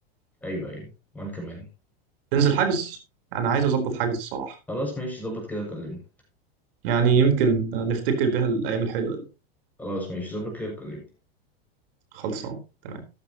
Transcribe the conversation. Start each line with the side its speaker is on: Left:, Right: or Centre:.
Centre: ايوه ايوه وانا كمان
Right: تنزل حجز انا عايز اظبط حجز الصراحه
Centre: خلاص ماشي ظبط كده وكلمني
Right: يعني يمكن نفتكر بيها الايام الحلوه دي
Centre: خلاص ماشي ظبط كده وكلمني
Right: خلصان تمام